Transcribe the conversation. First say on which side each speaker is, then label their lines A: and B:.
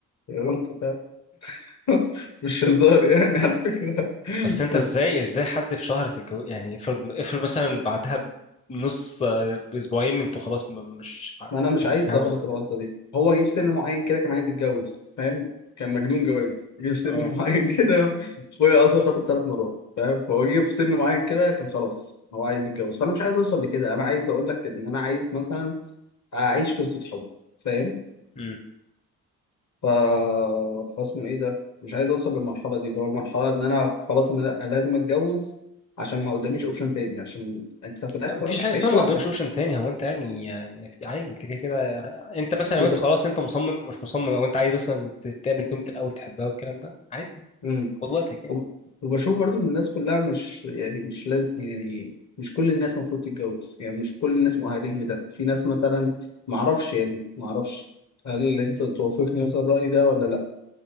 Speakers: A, on the left; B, on the left.
A: هي غلطة فعلا <laughs> مش هزار يعني على فكرة <laughs>
B: بس انت
A: بس
B: ازاي ازاي حد في شهر تتجوز يعني افرض افرض مثلا بعدها بنص آه، باسبوعين انتوا خلاص م- مش ح-
A: ما أنا مش
B: حاسين
A: عايز
B: حاجه
A: أغلط
B: غلط
A: الغلطة
B: يعني
A: دي هو جه في سن معين كده كان عايز يتجوز فاهم كان مجنون جواز جه في سن
B: اه
A: <laughs> معين كده أخويا أصلا خطب ثلاث مرات فاهم فهو جه في سن معين كده كان خلاص هو عايز يتجوز فأنا مش عايز أوصل لكده أنا عايز أقول لك إن أنا عايز مثلا أعيش قصة حب فاهم
B: امم
A: ف... فاسمه ايه ده مش عايز اوصل للمرحله دي اللي هو المرحله ان انا خلاص انا لأ، لازم اتجوز عشان ما قداميش اوبشن تاني عشان انت في الاخر
B: لا مفيش
A: مش
B: حاجه
A: هتعيش
B: اسمها ما
A: لوحدك
B: قدامكش اوبشن
A: يعني
B: تاني هو انت يعني يعني في عادي انت كده كده انت مثلا
A: بص
B: لو انت خلاص انت مصمم مش مصمم او انت عايز مثلا تقابل بنت الاول تحبها والكلام ده عادي
A: امم
B: خد وقتك يعني
A: وب- وبشوف برضو ان الناس كلها مش يعني مش لازم يعني مش كل الناس المفروض تتجوز يعني مش كل الناس مؤهلين لده في ناس مثلا ما اعرفش يعني ما اعرفش هل انت توافقني مثلا الرأي ده ولا لا